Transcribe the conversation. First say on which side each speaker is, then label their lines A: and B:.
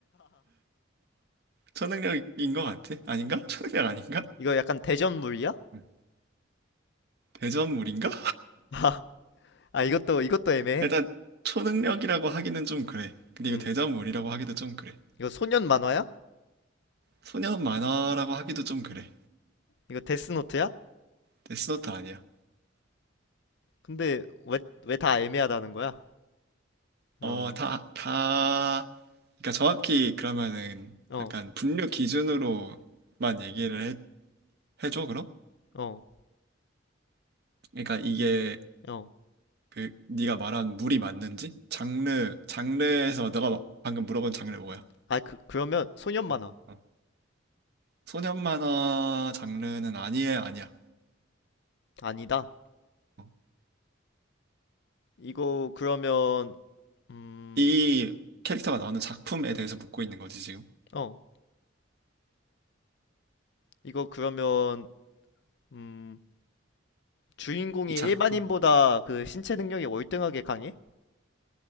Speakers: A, on the right; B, on the left.
A: 초능력인 것 같아. 아닌가? 초능력 아닌가?
B: 이거 약간 대전물이야?
A: 음. 대전물인가?
B: <laughs> 아, 이것도, 이것도 애매해.
A: 일단 초능력이라고 하기는 좀 그래. 근데
B: 응.
A: 이거 대자물이라고 하기도 좀 그래.
B: 이거 소년 만화야?
A: 소년 만화라고 하기도 좀 그래.
B: 이거 데스노트야?
A: 데스노트 아니야.
B: 근데 왜 왜 다 애매하다는 거야? 어,
A: 어, 다, 다, 그러니까 정확히 그러면은
B: 어,
A: 약간 분류 기준으로만 얘기를 해, 해줘, 그럼?
B: 어,
A: 그러니까 이게
B: 어.
A: 그 네가 말한 물이 맞는지? 장르, 장르에서 너가 마- 방금 물어본 장르 뭐야?
B: 아, 그 그러면 소년 만화
A: 어, 어. 소년 만화 장르는 아니에, 아니야.
B: 아니다.
A: 어.
B: 이거 그러면 음,
A: 이 캐릭터가 나오는 작품에 대해서 묻고 있는 거지, 지금.
B: 어, 이거 그러면 음, 주인공이
A: 이
B: 일반인보다
A: 작품.
B: 그 신체 능력이 월등하게 강해?